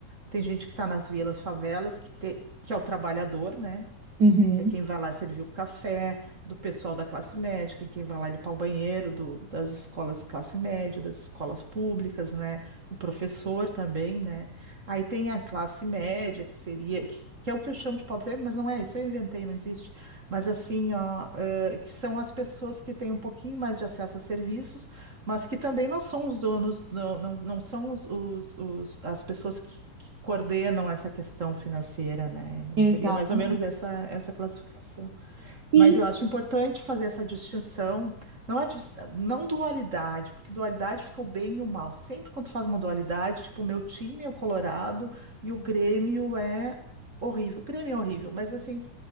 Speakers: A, on the right; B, on the right.
A: tem gente que está nas vilas, favelas, que, te, que é o trabalhador, né?
B: Uhum.
A: que é quem vai lá servir o café do pessoal da classe média, que é quem vai lá limpar o banheiro do- das escolas de classe média, das escolas públicas, né? O professor também, né? Aí tem a classe média, que seria, que, que é o que eu chamo de pobre, mas não é, isso eu inventei, não existe. Mas assim, ó, eh, que são as pessoas que têm um pouquinho mais de acesso a serviços mas que também não são os donos, não, não, não são os, os, os- as pessoas que, que coordenam essa questão financeira, né?
B: Exatamente.
A: Seria mais ou menos dessa essa classificação.
B: Sim.
A: Mas eu acho importante fazer essa distinção, não, a, dis- não dualidade, porque dualidade fica o bem e o mal. Sempre quando tu faz uma dualidade, tipo, o meu time é o Colorado e o Grêmio é horrível. O Grêmio é horrível, mas assim,